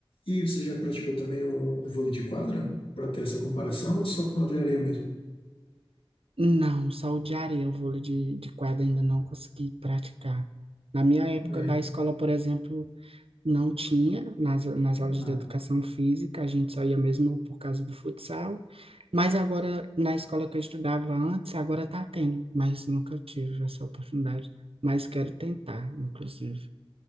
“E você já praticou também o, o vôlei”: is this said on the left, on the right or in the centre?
Left